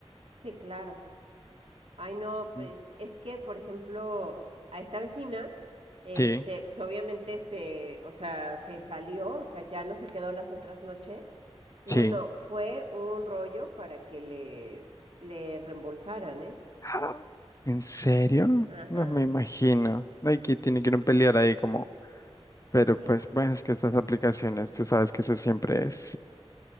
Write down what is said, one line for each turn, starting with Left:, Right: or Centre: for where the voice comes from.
Right: sí, claro. Ay, no,
Left: Sí,
Right: pues es que, por ejemplo, a esta vecina, este,
Left: sí,
Right: pues obviamente se, o sea, se salió, o sea, ya no se quedó las otras noches. Y
Left: sí.
Right: bueno, fue un rollo para que les, le reembolsaran, ¿eh?
Left: <gasps> Ah, ¿En serio?
Right: Ajá.
Left: No me imagino. Hay que tiene que ir a pelear ahí como. Pero
Right: Sí,
Left: pues, bueno, es que estas aplicaciones, tú sabes que eso siempre es,